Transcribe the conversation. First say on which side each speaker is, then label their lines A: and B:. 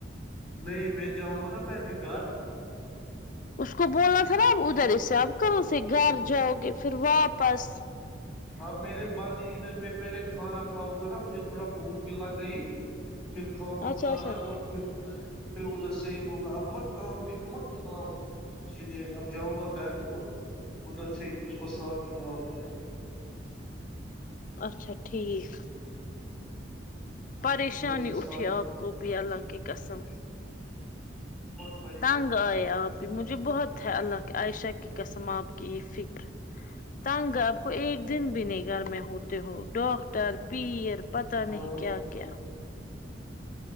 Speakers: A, in the centre; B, on the left.
A: نہیں میں جاؤں گا نا پہلے گھر
B: اس کو بولنا تھا نا اب ادھر اس سے آپ کہاں سے گھر جاؤ گے پھر واپس
A: اب میں نے باندھھی ادھر میں پہلے کھانا کاؤ گا نا مجھے تھوڑا بھوک بھی لگ گئی پھر کھاؤں گا
B: اچھا
A: کھانا
B: اچھا
A: اور پھر پھر ادھر سے ہی لوں گا اب مت کام پہ بھی مت نکلا ہوں اسی لیے اب جاؤں گا گاڑی تو ادھر سے ہی اس کو ساتھ ہی لاؤں گا
B: اچھا ٹھیک پریشانی
A: ادھر سے ساتھ
B: اٹھی آپ کو بھی اللہ کی قسم
A: پٹ
B: تنگ آئے آپ کی مجھے بہت ہے اللہ عائشہ کی قسم آپ کی یہ فکر تنگ آپ کو ایک دن بھی نہیں گھر میں ہوتے ہو ڈاکٹر پیر پتا
A: ہاں
B: نہیں کیا کیا